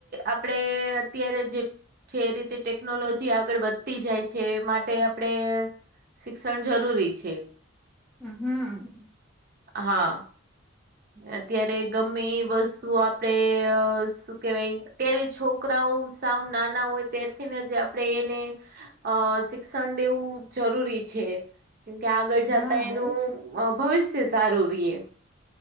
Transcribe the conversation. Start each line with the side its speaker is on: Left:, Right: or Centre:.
Right: આપડે અત્યારે જે જે રીતે ટેકનોલોજી આગળ વધતી જાય છે, માટે આપડે શિક્ષણ જરૂરી છે.
Centre: હમ્મ
Right: હા. અત્યારે ગમે એ વસ્તુ આપડે અ શું કેવાય, તેલ છો છોકરાઓ સાવ નાના હોય તેરથી, ને જે આપડે એને અ શિક્ષણ દેવું જરૂરી છે. કેમકે આગળ જતા
Centre: હા
Right: એનું
Centre: એજ
Right: ભવિષ્ય સારું રીએ.